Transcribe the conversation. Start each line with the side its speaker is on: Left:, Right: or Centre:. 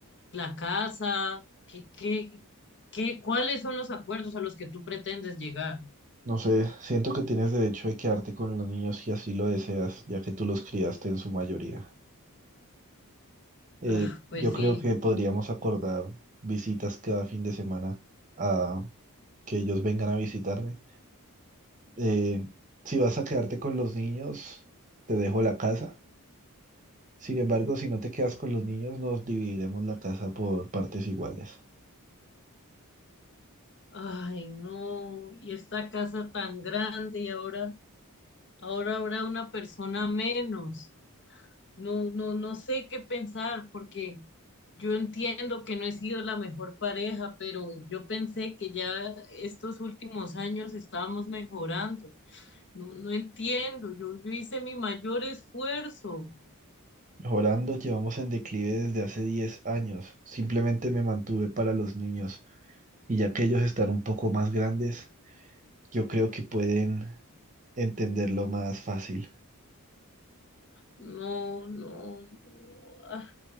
Left: ¿La casa? ¿Qué, qué, qué, cuáles son los acuerdos a los que tú pretendes llegar?
Right: No sé, siento que tienes derecho de quedarte con los niños si así lo deseas, ya que tú los criaste en su mayoría. Eh,
Left: Ah, pues
Right: yo creo
Left: sí.
Right: que podríamos acordar visitas cada fin de semana a que ellos vengan a visitarme. Eh, si vas a quedarte con los niños, te dejo la casa. Sin embargo, si no te quedas con los niños, nos dividiremos la casa por partes iguales.
Left: Ay, no. Y esta casa tan grande y ahora, ahora habrá una persona menos. No, no, no sé qué pensar porque yo entiendo que no he sido la mejor pareja, pero yo pensé que ya estos últimos años estábamos mejorando. No, no entiendo. Yo, yo hice mi mayor esfuerzo.
Right: Mejorando, llevamos en declive desde hace 10 años. Simplemente me mantuve para los niños. Y ya que ellos están un poco más grandes, yo creo que pueden entenderlo más fácil.
Left: No, no, no. Ah,